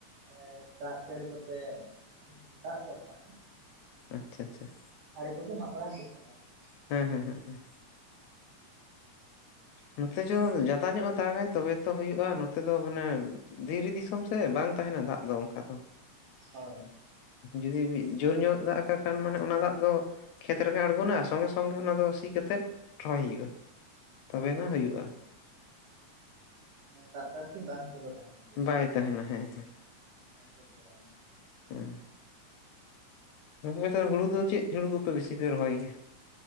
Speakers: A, on the right (about 85°); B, on the left (about 75°).
A: <inaudible> ᱮ ᱫᱟᱜ ᱡᱟᱹᱲᱤ ᱠᱚᱛᱮ ᱫᱟᱜ ᱜᱚᱫ ᱟᱠᱟᱱᱟ᱾
B: ᱟᱪᱪᱷᱟ ᱟᱪᱪᱷᱟ ᱾
A: ᱟᱲᱮ ᱠᱚᱜᱮ ᱢᱟᱜ ᱵᱟᱲᱟ ᱦᱩᱭᱩᱜ ᱠᱟᱱᱟ ᱟᱨᱠᱤ ᱾
B: ᱦᱮᱸ ᱦᱮᱸ ᱦᱮᱸ ᱦᱮᱸ ᱾ ᱱᱚᱛᱮ ᱡᱚ ᱡᱟᱫᱟ ᱧᱚᱜ ᱮ ᱫᱟᱜᱟᱭ ᱛᱚᱵᱮ ᱛᱚ ᱦᱩᱭᱩᱜ-ᱟ ᱾ ᱱᱚᱛᱮ ᱫᱚ ᱢᱟᱱᱮ ᱫᱷᱤᱨᱤ ᱫᱤᱥᱚᱢ ᱥᱮ ᱵᱟᱝ ᱛᱟᱦᱮᱱᱟ ᱫᱟᱜ ᱫᱚ ᱚᱱᱠᱟ ᱫᱚ᱾
A: ᱦᱳᱭ ᱾
B: ᱡᱩᱫᱤ ᱡᱳᱨ ᱧᱚᱜ ᱫᱟᱜ ᱠᱟᱜ ᱠᱷᱟᱱ ᱢᱟᱱᱮ ᱚᱱᱟ ᱫᱟᱜ ᱫᱚ ᱠᱷᱮᱛ ᱨᱮᱜᱮ ᱟᱬᱜᱳᱱᱟ, ᱥᱚᱸᱜᱮ ᱥᱚᱸᱜᱮ ᱚᱱᱟ ᱫᱚ ᱥᱤ ᱠᱟᱛᱮᱫ ᱨᱚᱦᱚᱭ ᱦᱩᱭᱩᱜ-ᱟ <inaudible> ᱛᱚᱵᱮᱭᱱᱟ
A: ᱟᱪᱪᱷᱟ
B: ᱦᱩᱭᱩᱜ-ᱟ᱾
A: ᱢᱟᱱᱮ ᱫᱟᱜ ᱫᱚ ᱟᱨᱠᱤ ᱵᱟᱝ ᱛᱮᱸᱜᱳ ᱛᱟᱦᱮᱱ ᱜᱮ
B: ᱵᱟᱭ ᱛᱟᱦᱮᱱᱟ ᱦᱮᱸ ᱦᱮᱸ ᱾
A: <unintelligible>
B: <inaudible> ᱜᱚᱢᱠᱮ ᱫᱚ ᱦᱩᱲᱩ ᱫᱚ ᱪᱮᱫ ᱦᱩᱲᱩ ᱠᱚᱯᱮ ᱵᱤᱥᱤ ᱯᱮ ᱨᱚᱦᱚᱭ ᱜᱮᱭᱟ?